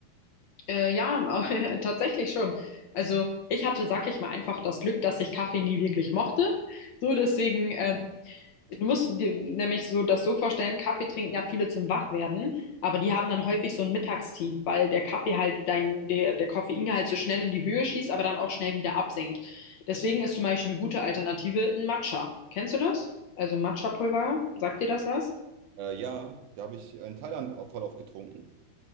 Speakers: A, on the left; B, on the right.
A: Äh, ja, <laughs> tatsächlich schon. Also ich hatte, sag ich mal, einfach das Glück, dass ich Kaffee nie wirklich mochte. So, deswegen, ähm, du musst dir nämlich so das so vorstellen, Kaffee trinken ja viele zum Wachwerden, aber die haben dann häufig so ein Mittagstief, weil der Kaffee halt dein, der, der Koffeingehalt so schnell in die Höhe schießt, aber dann auch schnell wieder absinkt. Deswegen ist zum Beispiel eine gute Alternative ein Matcha. Kennst du das? Also Matcha-Pulver, sagt dir das was?
B: Äh, ja, da habe ich in Thailand auch voll oft getrunken.